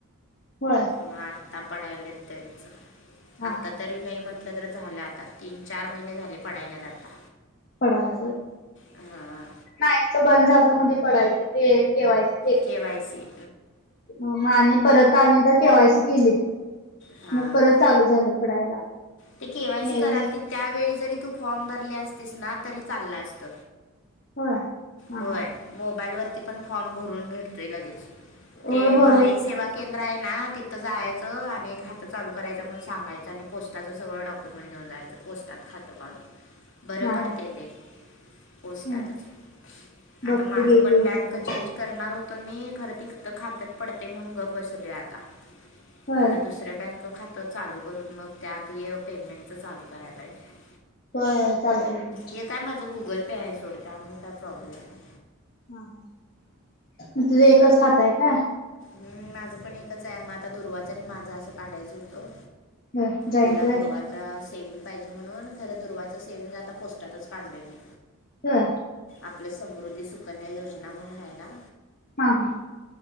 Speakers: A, on the left (about 40°); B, on the left (about 60°).
A: होय.
B: मग आत्ता पडायलात त्यांचं
A: हा
B: आता तरी नाही म्हटलं तर झालं आता तीन चार महिने झाले पडायलात आता
A: पडायला
B: हां
A: नाच बंद झालं तर मध्ये पडायचं ते ठेवायचं
B: के वय सी
A: मग आणि परत अनेकदा केवायसी केलीत.
B: हा
A: मग परत चालू झालं पडायला.
B: ते केवा्हायची
A: हे
B: कराल त त्यावेळी जरी तू फॉर्म भरले असतेस ना तरी चालला असत.
A: होय हा
B: होय
A: हा
B: मोबाईल वरती पण फॉर्म भरून भेटतोय लगेच
A: होय
B: ते
A: बरोबर
B: महाई सेवा केंद्र आहे ना तिथं जायचं आणि खातं चालू करायं म्हण सांगायच आणि पोस्टाच सगळं डॉक्युमेंट घेऊन जायचं पोस्टात खातं काढून बरं
A: हा
B: पडते
A: हा
B: ते पोस्टातच
A: ह बघते
B: आता माझं
A: घे
B: पण
A: ते विचारून
B: बँक चेंज करणार होतोय मी घर ति खातात पडते म्हणून गप बसवलोय आता
A: ह.
B: आता दुसरं बँक खातं चालू करून मग त्यात हे पेमेंटचं चालू करायला पाहिजे
A: हो चालत.
B: हे काय माझं गुगल पे आहे सोडत त्यामुळे काय प्रॉब्लेम नाही
A: हा हा मग तुझे एकच खातय काय?
B: हम् माझं पण एकच आहे मग आता दुर्वाच आणि माझा असं काढायचं होतं.
A: होय जॉईंट
B: तिला
A: होय
B: दुर्वाज सेव्हंग पाहिजे म्हणून खरं दुवाच सेव्हंग आता पोस्टातच पाडलय मी
A: हा.
B: आपलं समृद्धी सुकन्या योजना म्हणून आहे ना.
A: हा हा